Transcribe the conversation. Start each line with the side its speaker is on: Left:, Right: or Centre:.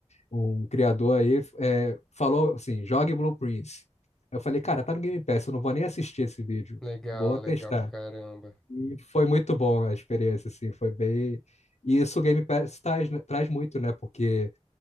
Left: um criador aí, é, falou assim, jogue Blue Prince. Eu falei, cara, tá no Game Pass, eu não vou nem assistir esse vídeo.
Centre: Legal,
Left: Vou testar.
Centre: legal pra caramba.
Left: E foi muito bom a experiência, assim, foi bem... E isso o Game Pass traz, né, traz muito, né? Porque